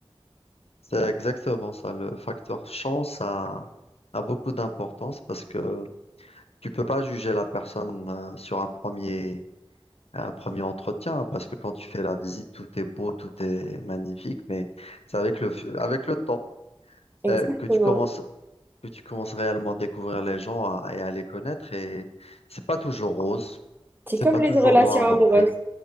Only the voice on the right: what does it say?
Exactement.
C'est
comme
les
relations
amoureuses.